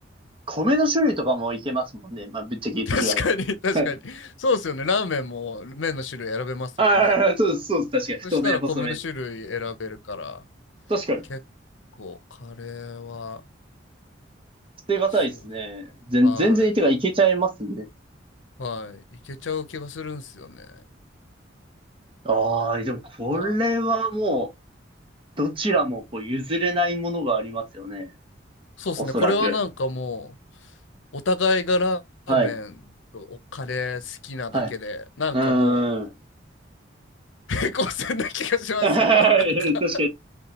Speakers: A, on the right (about 30°); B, on the left (about 80°).
A: 米の種類とかもいけますもんね。まあ、ぶっちゃけ言ってしまうはい。
B: 確かに、確かに。そうですよね。ラーメンも麺の種類選べますもんね。
A: ああ、そうです、そうです。確かに。太麺、
B: そしたら米の種類選べるから、
A: 細麺。確かに。
B: 結構カレーは、
A: 捨てがたいですね。
B: そ
A: 全、
B: う、は
A: 全然、てか、いけちゃいますね。
B: い、はい、いけちゃう気がするんですよね。
A: ああ、でもこれはもう、
B: はい。
A: どちらもこう譲れないものがありますよね。
B: そうですね。
A: おそらく。
B: これはなんかもう、お互いがラーメンとカレー好きなだけで、
A: はい。はい。
B: なんかも
A: うーん。
B: う、平行線な気がしますね。
A: <laughs> 確かに確
B: なんか